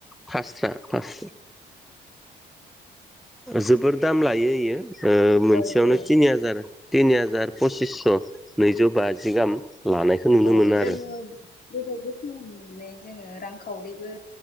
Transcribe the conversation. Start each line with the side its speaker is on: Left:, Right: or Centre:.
Centre: फास्रा फास, जोबोर दाम लायो इयो ओ मोनसेयावनो
Left: औ औ
Centre: तिनि हाजार तिनि हाजार पचिस स' नैजौ बाजि गाहाम लानायखो नुनो
Left: औ
Centre: मोनो
Left: जोङो
Centre: आरो।
Left: बेबायदि खालामनानै जोङो रांखावरिबो